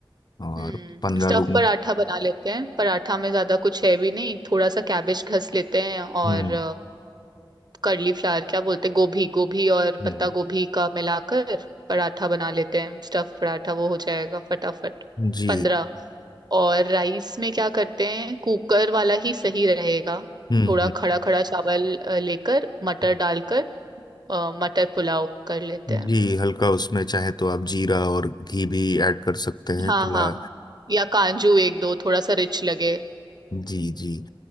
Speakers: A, on the left; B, on the right.
A: और
B: हम्म
A: पंद्रह
B: स्टफ
A: लोगों
B: पराठा बना लेते हैं पराठा में ज्यादा कुछ है भी नहीं थोड़ा सा कैबेज घस लेते हैं और
A: हम्म
B: कर्ली फ्लावर क्या बोलते हैं गोभी गोभी और
A: हम्म
B: पत्ता गोभी का मिलाकर पराठा बना लेते हैं स्टफ पराठा वो हो जाएगा फटाफट
A: जी
B: पंद्रह और राइस में क्या करते हैं कुकर वाला ही सही रहेगा
A: हम्म
B: थोड़ा
A: हम्म
B: खड़ा खड़ा चावल अ, लेकर मटर
A: हम्म।
B: डालकर अ, मटर पुलाव कर लेते
A: जी
B: हैं
A: हल्का उसमें चाहे तो आप जीरा और घी भी ऐड कर सकते हैं
B: हाँ
A: थोड़ा
B: हाँ या काजू एक दो थोड़ा सा रिच लगे
A: जी जी